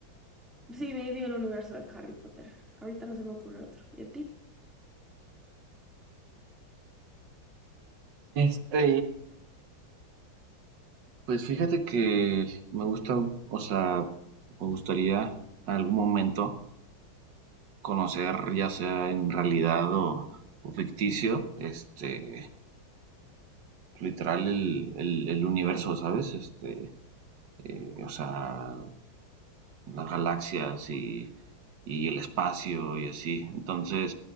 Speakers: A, in the centre; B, on the right.
A: Sí, maybe el universo de Harry Potter. Ahorita no se me ocurre otro. ¿Y a ti?
B: Este, Pues fíjate que me gusta, o sea, me gustaría en algún momento conocer, ya sea en realidad o, o ficticio, este, literal el, el, el universo, ¿sabes? Este, eh, o sea, las galaxias y, y el espacio y así. Entonces,